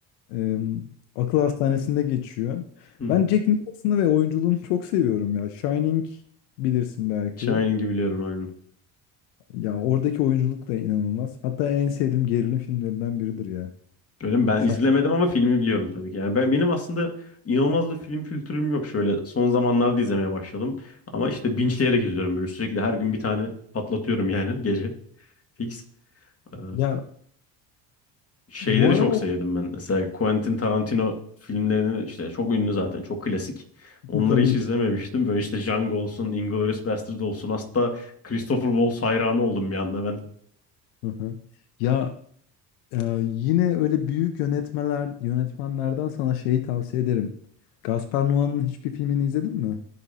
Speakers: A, on the left (about 75°); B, on the left (about 30°).
A: em, akıl hastanesinde geçiyor.
B: hı hı.
A: Ben Jack Nicholson'ı ve oyunculuğunu çok seviyorum ya. Shining bilirsin belki.
B: Shining'i biliyorum aynen.
A: Ya oradaki oyunculuk da inanılmaz. Hatta en sevdiğim gerilim filmlerinden biridir ya.
B: Böyle ben
A: Şu
B: izlemedim
A: an-
B: ama filmi biliyorum tabii ki. Yani ben benim aslında inanılmaz bir film kültürüm yok şöyle. Son zamanlarda izlemeye başladım. Ama işte binçleyerek izliyorum böyle sürekli her gün bir tane patlatıyorum yani <laughs> gece. Fix. Ee,
A: Ya
B: şeyleri
A: bu aralar
B: çok sevdim ben. Mesela Quentin Tarantino filmlerini işte çok ünlü zaten, çok klasik. Onları
A: <laughs> Tabii
B: hiç izlememiştim.
A: ki.
B: Böyle işte Django olsun, Inglourious Basterds olsun. Hatta Christopher Waltz hayranı oldum bir anda ben.
A: Hı hı. Ya e, yine öyle büyük yönetmeler yönetmenlerden sana şeyi tavsiye ederim. Gaspar Noé'nin hiçbir filmini izledin mi?